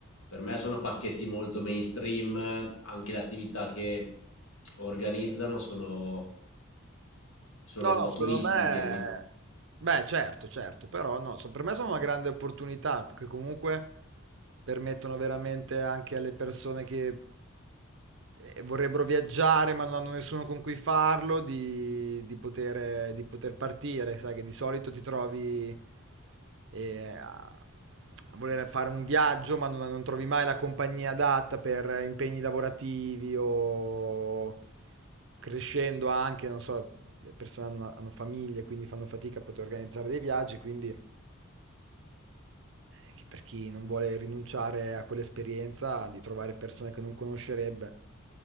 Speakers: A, on the left (about 75°); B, on the right (about 60°).
A: per me sono pacchetti molto mainstream, anche le attività che organizzano sono, sono
B: No,
A: un
B: no,
A: po'
B: secondo
A: turistiche,
B: me...
A: quindi
B: Beh, certo, certo, però no, so- per me sono una grande opportunità, perché comunque permettono veramente anche alle persone che eh, vorrebbero viaggiare ma non hanno nessuno con cui farlo, di, di poter, di poter partire, sai che di solito ti trovi eh, a, a voler fare un viaggio ma non, non trovi mai la compagnia adatta per impegni lavorativi o crescendo anche, non so, le persone hanno, hanno famiglie, quindi fanno fatica a poter organizzare dei viaggi, quindi eh, che per chi non vuole rinunciare a quell'esperienza di trovare persone che non conoscerebbe.